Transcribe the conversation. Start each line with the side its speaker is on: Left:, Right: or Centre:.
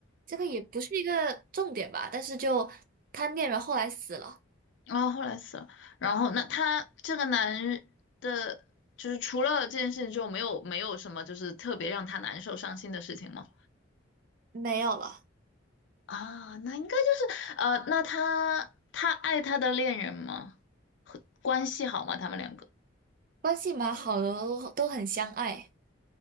Right: 这个也不是一个重点吧，但是就他恋人后来死了，
Left: 哦，后来死了。然后那他这个男人的，就是除了这件事情之后，没有没有什么就是特别让他难受伤心的事情吗？
Right: 没有了，
Left: 啊，那应该就是呃，那他他爱他的恋人吗？和关系好吗？他们两个
Right: 关系蛮好的，都很相爱。